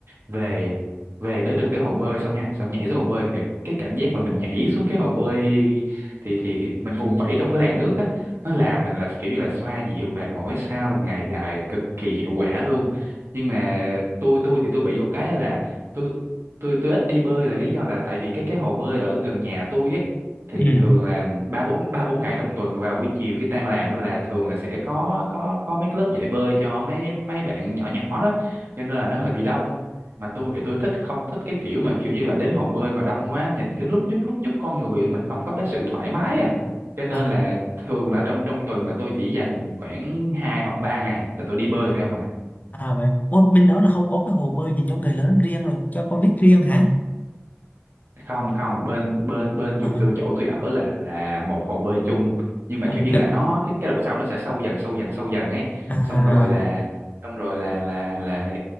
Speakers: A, on the right; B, on the left.
A: về về tới được cái hồ bơi xong nha xong nhảy xuống hồ bơi kìa cái cảm giác mà mình nhảy xuống cái hồ bơi thì thì thì mình vùng vẫy trong cái làn nước á nó làm mình là kiểu như là xoa dịu mệt mỏi sau một ngày dài cực kỳ hiệu quả luôn nhưng mà tôi tôi thì tôi bị một cái là tôi tôi tôi ít đi bơi là lý do là tại vì cái cái hồ bơi ở gần nhà tôi ấy thì
B: Ừ.
A: thường là ba bốn ba bốn ngày trong tuần vào buổi chiều khi tan làm á là thường là sẽ có có có mấy lớp dạy bơi cho mấy mấy bạn nhỏ nhỏ đó cho nên là nó hơi bị đông mà tôi thì tôi thích không thích cái kiểu mà kiểu như là đến hồ bơi mà đông quá nhìn cứ lúc nhúc lúc nhúc con người mình không có cái sự thoải mái à cho nên
B: À,
A: là thường là trong trong tuần là tôi chỉ dành khoảng 2 hoặc 3 ngày là tôi đi bơi thôi không à
B: à vậy, Ủa, bên đó là không có cái hồ bơi dành cho người lớn riêng rồi, cho con nít riêng hả?
A: không không bên bên bên chung
B: À,
A: cư chỗ tôi ở là là một hồ bơi chung nhưng mà
B: à,
A: kiểu như
B: cái-
A: là nó cái cái độ sâu nó sẽ sâu dần sâu dần sâu dần ấy
B: à,
A: xong rồi là xong rồi là là là